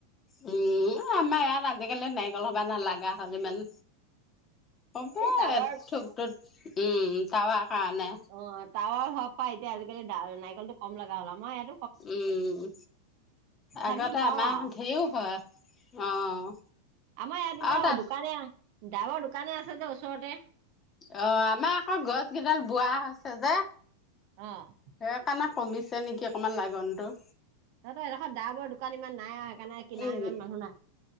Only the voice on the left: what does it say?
উম, আমাৰ ইয়াত আজিকালি নাৰিকল হ'বা নালাগে হ'ল ইমান। হ'ব
থোকটোত উম, তাৱা কাৰণে।
উম,
আগতে
আমাৰ
ধেৰ হয়। অ',
আৰু তাত
অ' আমাৰ আকৌ গছ কেইডাল বুঢ়া হৈছে যে।
সেইকাৰণে কমিছে নেকি অকমান লাগনটো।
উম,